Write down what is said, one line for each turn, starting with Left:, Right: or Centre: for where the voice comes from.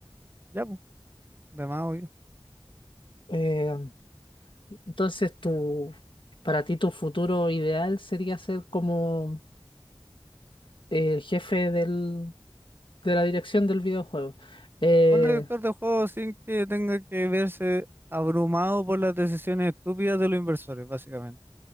Right: Ya, pues, de más obvio.
Left: Eh, entonces, tu, para ti tu futuro ideal sería ser como el jefe del, de la dirección del videojuego. Eh,
Right: Un director de juego sin que tenga que verse abrumado por las decisiones estúpidas de los inversores, básicamente.